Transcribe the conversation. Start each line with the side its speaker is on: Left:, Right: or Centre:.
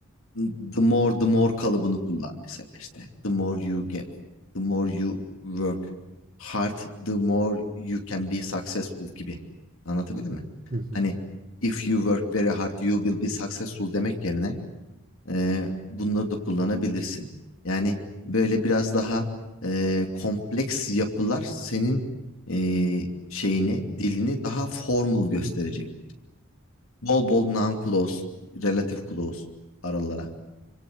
Left: the more the more kalıbını kullan mesela işte the more you get the more you work hard the more you can be successful gibi anlatabildim mi?
Right: Hı hı.
Left: Hani if you work very hard you will be successful demek yerine ee, bunları da kullanabilirsin. Yani böyle biraz daha e, kompleks yapılar senin e, şeyini, dilini daha formal gösterecek.
Right: Hı hı.
Left: Bol bol non-clause, relative clause aralara